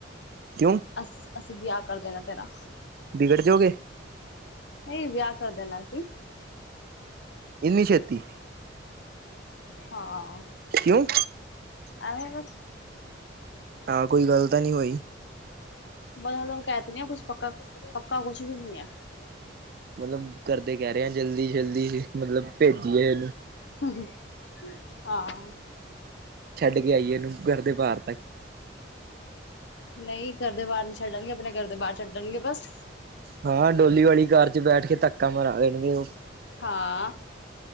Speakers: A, on the right; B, on the left.
A: ਕਿਉਂ?
B: ਅਸ - ਅਸੀਂ ਵਿਆਹ ਕਰ ਦੇਣਾ ਤੇਰਾ।
A: ਵਿਗੜ ਜੋ ਗੇ।
B: ਨਹੀਂ, ਵਿਆਹ ਕਰ ਦੇਣਾ ਅਸੀਂ।
A: ਇੰਨੀ ਛੇਤੀ
B: <inaudible> ਹਾਂ
A: ਕਿਉਂ?
B: ਐਂਵੇ ਬਸ।
A: ਆ, ਕੋਈ ਗੱਲ ਤਾਂ ਨੀ ਹੋਈ।
B: ਮਤਲਬ ਕਹਿ ਦਨੇ ਆ ਕੁਛ ਪੱਕਾ, ਪੱਕਾ ਕੁਛ ਵੀ ਨੀ ਐ।
A: ਮਤਲਬ ਘਰ ਦੇ ਕਹਿ ਰਹੇ ਐਂ, ਜਲਦੀ -ਜਲਦੀ ਮਤਲਬ ਭੇਜੀਏ।
B: ਹੂੰ ਹਾਂ
A: ਛੱਡ ਕੇ ਆਈਏ ਇਹਨੂੰ ਘਰ ਦੇ ਬਾਹਰ ਤੱਕ।
B: ਨਹੀਂ, ਘਰ ਦੇ ਬਾਹਰ ਨੀ ਛੱਡਣਗੇ ਆਪਣੇ ਘਰ ਦੇ ਬਾਹਰ ਛੱਡਣਗੇ ਬਸ
A: ਹਾਂ, ਡੋਲੀ ਵਾਲੀ ਕਾਰ 'ਚ ਬੈਠ ਕੇ ਧੱਕਾ ਮਰਾ ਦੇਣਗੇ ਉਹ
B: ਹਾਂ